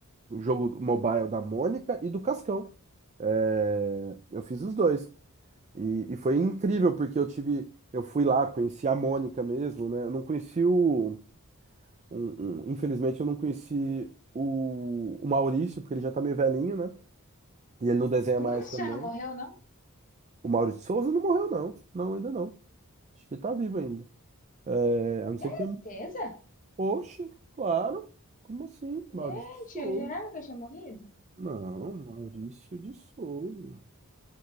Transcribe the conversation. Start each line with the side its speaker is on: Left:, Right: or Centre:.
Right: o jogo mobile da Mônica e do Cascão. É, eu fiz os dois. E, e foi incrível, porque eu tive. Eu fui lá, conheci a Mônica mesmo, né? Eu não conheci o. um- um- infelizmente, eu não conheci o, o Maurício, porque ele já tá meio velhinho, né? E ele não desenha
Left: Tu
Right: mais
Left: Maurício
Right: também.
Left: já não morreu, não?
Right: O Maurício Souza não morreu, não. Não, ainda não. Acho que ele tá vivo ainda. É, a não
Left: Certeza?
Right: ser que tenha Oxe, claro. Como assim?
Left: Gente,
Right: Maurício de Souza.
Left: eu jurava que eu tinha morrido.
Right: Não, Maurício de Souza.